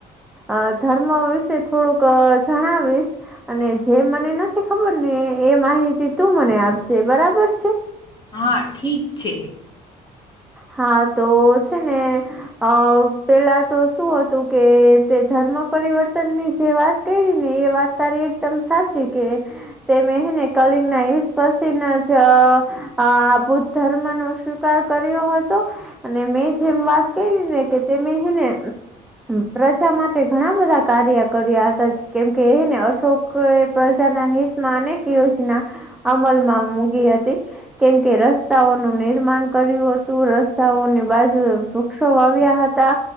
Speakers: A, in the centre; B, on the left.
A: અ ધર્મ વિશે થોડુંક જણાવીશ અને જે મને નથી ખબર ને એ માહિતી તું મને આપજે બરાબર છે.
B: હા ઠીક છે.
A: હા તો છે ને અ પેલા તો શું હતું કે તે ધર્મ પરિવર્તન ની જે વાત કરી ને એ વાત તારી એકદમ સાચી કે તેમ મે ને કલિંગ ના યુદ્ધ પછી ના જ. આ બુદ્ધ ધર્મ નો સ્વીકાર કરયું હતું અને મેં જેમ વાત કરી ને કે તેમે હેને પ્રજા માટે ઘણા બધા કાર્ય કર્યા હતા કેમકે એ ને અશોક લોકો એ પ્રજાના હિતમાં અનેક યોજના, અમલમાં મૂકી હતી. કેમ કે રસ્તાઓનું નિર્માણ કર્યું હતું રસ્તાઓની બાજુ વૃક્ષો વા્યા હતા.